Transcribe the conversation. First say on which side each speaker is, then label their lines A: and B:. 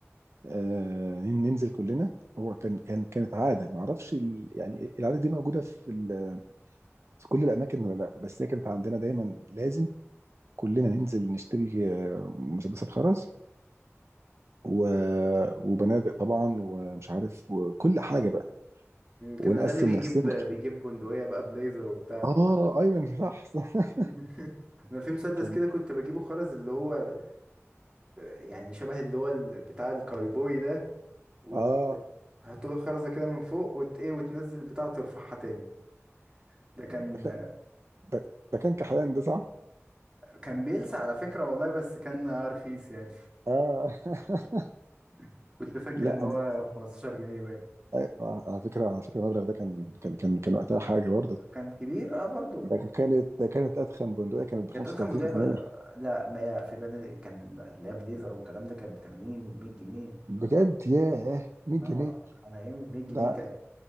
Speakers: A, on the right; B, on the right.
A: آه، ننزل كلنا هو كان كان كانت عاده ما اعرفش ال- يعني العاده دي موجوده في ال- في كل الاماكن ولا لا بس هي كانت عندنا دايما لازم كلنا ننزل نشتري آه، مسدسات خرز و... وبنادق طبعا ومش عارف وكل حاجه بقى ونقسم
B: كان الغني بيجيب
A: نفسنا
B: بيجيب بندقية بقى بليزر وبتاع
A: اه ايمن صح صح <laughs>
B: <laughs> انا في مسدس
A: كان
B: كده كنت بجيبه خرز اللي هو يعني شبه اللي هو ال- بتاع الكايبوي ده وتحط
A: اه
B: له خرزه كده من فوق وت ايه وتنزل البتاع وترفعها تاني ده كان
A: ده كان ده ده كان كحيان ده صح؟
B: كان بيلسع على فكره والله بس كان رخيص يعني
A: اه <laughs>
B: <laughs> كنت فاكر
A: لا
B: ان هو
A: أنا...
B: ب 15 جنيه باين
A: آه، على فكره على فكره المبلغ ده كان كان كان كان وقتها حاجه برضه
B: كان كبير اه برضه
A: ده كانت ده كانت أتخن بندقية كانت ب 35
B: كانت اضخم بدايه بقى
A: جنيه
B: لا ما هي في بني كان بقى اللي هي بليزر والكلام ده كانت ب 80 وب 100 جنيه
A: بجد ياه 100
B: اه
A: جنيه
B: على ايام ب 100 جنيه
A: ده
B: كانت